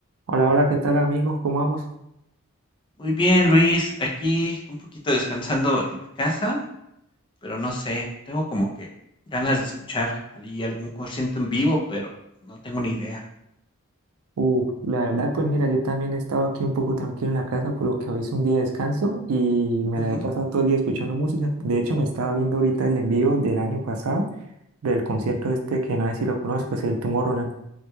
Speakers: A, on the right; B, on the left.
A: Hola, hola, ¿qué tal amigos? ¿Cómo vamos?
B: Muy bien, Luis. Aquí un poquito descansando en la casa, pero no sé, tengo como que ganas de escuchar allí algún concierto en vivo, pero no tengo ni idea.
A: Uf, la verdad, pues mira, yo también he estado aquí un poco tranquilo en la casa, por lo que hoy es un día de descanso y me
B: Ujú.
A: la he pasado todo el día escuchando música. De hecho, me estaba viendo ahorita el envío del año pasado del concierto este que no sé si lo conozco, es el Tomorrowland.